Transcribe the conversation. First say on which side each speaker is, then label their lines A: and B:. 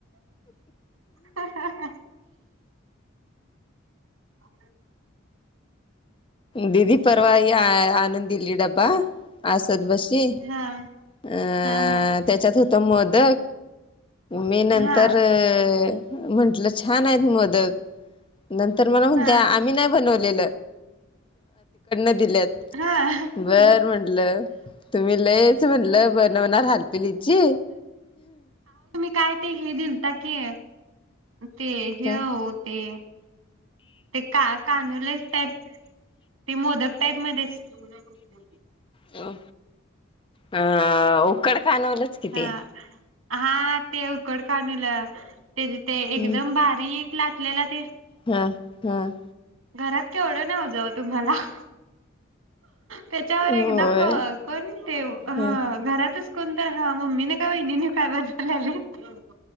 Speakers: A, on the right (about 80°); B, on the left (about 25°).
A: हा हा <unintelligible>
B: दीदी परवा हे ये आणून दिली डबा असत बशी
A: हा
B: अ
A: हा हा
B: त्याच्यात होते तर मोदक मी नंतर
A: हा
B: म्हटलं छान आहेत मोदक मोदक नंतर मला म्हणते
A: हा
B: आम्ही नाही बनवले <unintelligible> दिले
A: हा
B: बर म्हटलं तुम्ही लयच म्हणलं बनवणार. हाल पलीची
A: काय ते हे दिल की ते हे
B: काय
A: हो ते. ते का कानोले टाईप ते मोदक टाईप मध्ये <unintelligible>
B: हो. हा. अ उक्कड कानवले की
A: हा
B: ते
A: हा ते उकड कानवले. ते ते एकदम
B: हम्
A: बारीक लाटलेला ते.
B: हा हम्.
A: घरात केवढं नव जाऊ तुम्हाला हो. त्याच्यावर
B: होय
A: एक द कोण ते
B: ह
A: घरातच कोण तर मम्मीने का बहिणीने काय बजालेले ह <inaudible>